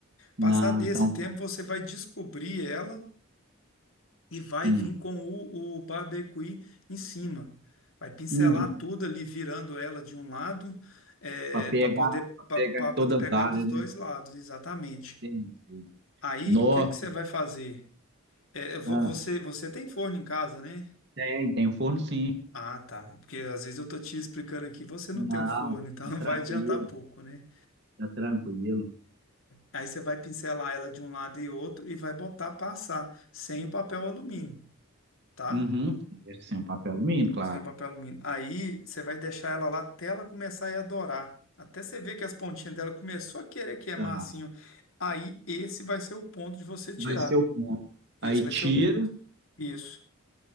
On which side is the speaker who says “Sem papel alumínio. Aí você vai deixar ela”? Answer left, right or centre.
Left